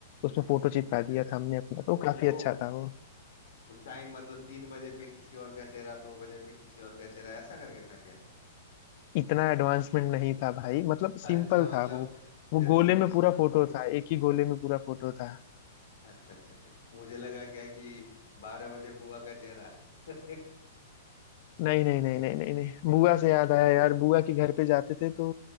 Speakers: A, on the left; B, on the left.
A: उसमें फोटो चिपका
B: अच्छा
A: दिया
B: अच्छा
A: था हमने अपना तो काफी
B: वो
A: अच्छा था वो
B: वो टाइम मतलब तीन बजे पे किसी और का चेहरा दो बजे पे किसी और का चेहरा ऐसा करके था क्या
A: इतना एडवांसमेंट नहीं था भाई मतलब
B: <laughs>
A: सिंपल
B: अच्छा मतलब
A: था वो वो
B: सिर्फ
A: गोले
B: वो
A: में
B: उसमें
A: पूरा फोटो था एक ही गोले में पूरा फोटो था
B: अच्छा अच्छा अच्छा मुझे लगा क्या कि बारह बजे बुआ का चेहरा <laughs>
A: नहीं नहीं नहीं नहीं नहीं नहीं बुआ से याद आया यार बुआ के घर पे जाते थे तो